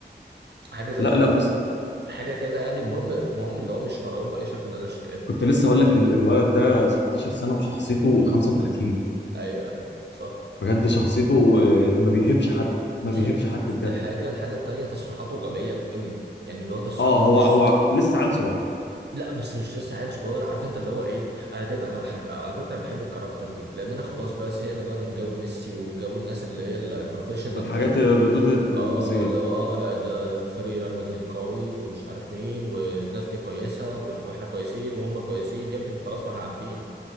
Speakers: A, on the right; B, on the left.
A: حاجه زي
B: لا
A: ال-
B: لا بص
A: حاجه كده يعني المهم المهم اللي هو مش مرعوب باي شكل من الاشكال
B: كنت لسه هقول لك ال- الولد ده 17 سنة وشخصيته 35
A: ايوه ايوه صح
B: بجد شخصيته آه، ما بيهبش حد
A: دي
B: ما بيهبش حد
A: دي
B: بجد
A: حاجه الحاجه التانيه تصريحاته غبيه قوي يعني اللي هو تصريحات
B: اه هو
A: مش
B: هو لسه عيل صغير
A: لا بس مش لسه عيل صغير عارف انت اللي هو ايه انا دايما انا بحب على فكره بحب الكاركتر دي لان انا خلاص بقى زهقنا بقى من جو ميسي وجو الناس اللي هي ال- البروفيشنال
B: والحاجات
A: بقى دي
B: الردود الدبلوماسية
A: اه اللي
B: دي
A: هو اه لا ده فريق ريال مدريد قوي ومش عارف مين والناس دي كويسه و- واحنا كويسين وهم كويسين يا ابني ما خلاص ما احنا عارفين